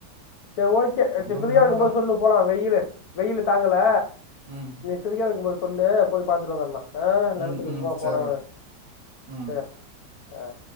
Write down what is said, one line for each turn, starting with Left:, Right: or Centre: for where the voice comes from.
Left: சேர் ஓக் கே
Right: நம்மளுக்கு
Left: குளியவக்கும்போது
Right: வேணான்டா
Left: சொல்லு போலா வெயிலு வெயிலு தாங்கல
Right: ம்
Left: பிரியா இருக்கும் போது சொல்லு போய் பாத்துட்டு வந்தர்ல்லாம் ஆ நனத்துக்கட்ப்பமா
Right: ம் ம் சேர்ரா
Left: போல
Right: ம்
Left: ச அ அ